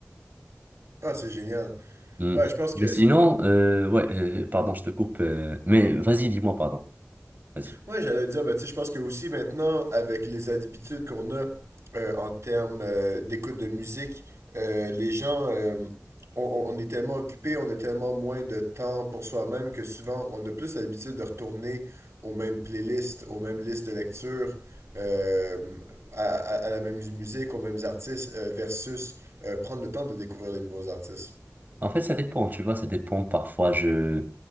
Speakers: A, on the right; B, on the right.
A: Ah, c'est génial.
B: Hmm.
A: Ouais, je pense
B: Mais
A: que
B: sinon, euh, ouais, euh, pardon, je te coupe. euh, mais vas-y, dis-moi, pardon. Vas-y.
A: Ouais, j'allais dire, ben, tu sais, je pense que aussi maintenant, avec les habitudes qu'on a euh, en termes euh, d'écoute de musique, euh, les gens, euh, on, on- on est tellement occupés, on a tellement moins de temps pour soi-même que souvent, on a plus l'habitude de retourner aux mêmes playlists, aux mêmes listes de lecture, euh, à, à- à la même musique, aux mêmes artistes, euh, versus euh, prendre le temps de découvrir les nouveaux artistes.
B: En fait, ça dépend, tu vois, ça dépend. Parfois, je,